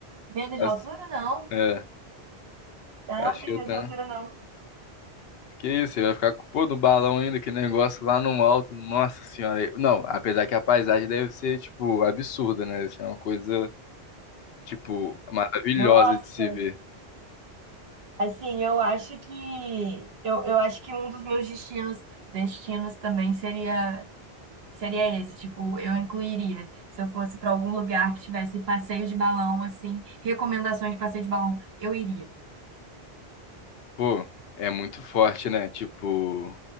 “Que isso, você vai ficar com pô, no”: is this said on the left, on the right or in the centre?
Left